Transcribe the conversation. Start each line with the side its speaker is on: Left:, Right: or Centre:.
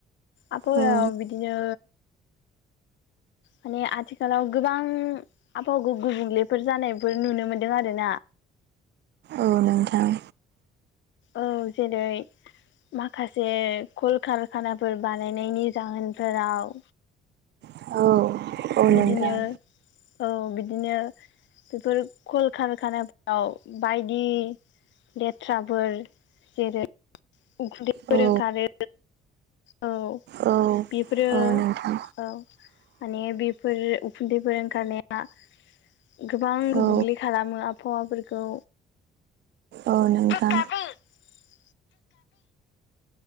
Left: आबहायाव
Right: औ
Left: बिदिनो माने आथिखालाव गोबां आबहावाखौ गुबुंलेफोर जानायफोर नुनो मोन्दों आरो ना
Right: औ नोंथां
Left: औ जेरै माखासे कल कारखानाफोर बानायनायनि जाहोनफोराव
Right: औ औ
Left: बिदिनो
Right: नोंथां
Left: औ बिदिनो बेफोर कल कारखानाफ्राव बायदि लेथ्राफोर जेरै उखुन्दै फोर
Right: औ
Left: ओखारो औ
Right: औ
Left: बेफोरो
Right: औ नोंथां
Left: औ माने बेफोर उखुन्दैफोर ओंखारनाया गोबां गुबुंले
Right: औ
Left: खालामो आबहावाफोरखौ
Right: औ नोंथां
Left: <inaudible>